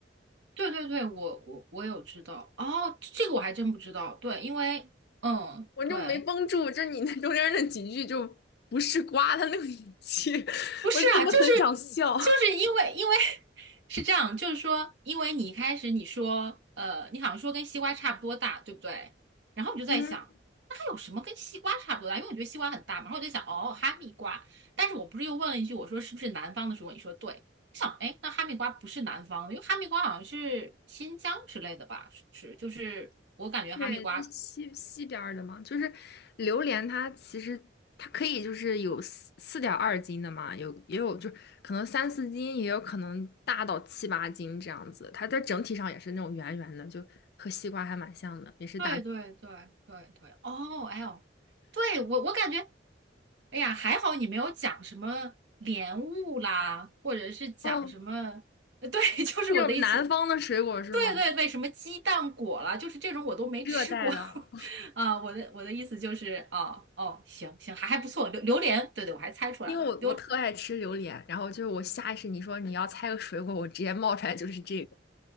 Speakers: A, on the right; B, on the left.
A: 对对对，我我我有知道。哦，这个我还真不知道。对，因为嗯，
B: 我就没绷住，
A: 对。
B: 就是你那中间那几句就不是瓜它那个语气，<laughs>
A: 不是啊，
B: 我真的很想笑。
A: 就是
B: <laughs>
A: 就是因为因为 <laughs> 是这样，就是说，因为你一开始你说，呃，你好像说跟西瓜差不多大，对不对？然后我就在想，
B: 嗯，
A: 那还有什么跟西瓜差不多大？因为我觉得西瓜很大嘛。然后我就想，哦，哈密瓜。但是我不是又问了一句，我说是不是南方的时候？你说对。我想，哎，那哈密瓜不是南方的，因为哈密瓜好像是新疆之类的吧？是不是？就是我感觉哈密瓜
B: 对，那西西边儿的嘛，就是榴莲，它其实它可以就是有四四点二斤的嘛，有也有就是可能三四斤，也有可能大到七八斤这样子。它在整体上也是那种圆圆的，就和西瓜还蛮像的，也是大
A: 对对对对对，哦，哎呦，对我我感觉，哎呀，还好你没有讲什么莲雾啦，或者是讲什么，
B: 哦，
A: 呃对，<laughs> 就是我的意思，
B: 那种南方的水果是吗？
A: 对对对，什么鸡蛋果啦，就是这种我都没吃过
B: 热带的啊
A: <laughs> 啊。我的我的意思就是哦哦，行行，还还不错，榴榴莲，对对，我还猜出来了，
B: 因为我我特爱吃榴莲，
A: 榴，
B: 然后就是我下意识你说你要猜个水果，我直接冒出来就是这个，